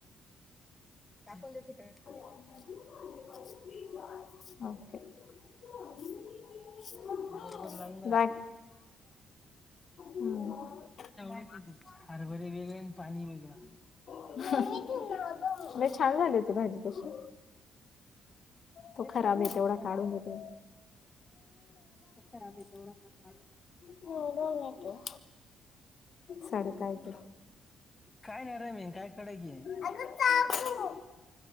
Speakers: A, on the left; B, on the left.
A: दाकून द त
B: <unintelligible>
A: बरोबर लागणार
B: बाय
A: नाही
B: हम्. <unintelligible>
A: हरभर वेगळे आणि पाणी वेगळं
B: म्हजे छान झाली होती भाजी तशी. तो
A: लय छान
B: खराब
A: झाली
B: आहे तेवढा
A: होती भाजी
B: काढून देतो.
A: त खराब आहे तेवढा का
B: नवरवणे तू साडेकाय ते
A: काय नाही र मन काय कडे की
B: अगं चाकू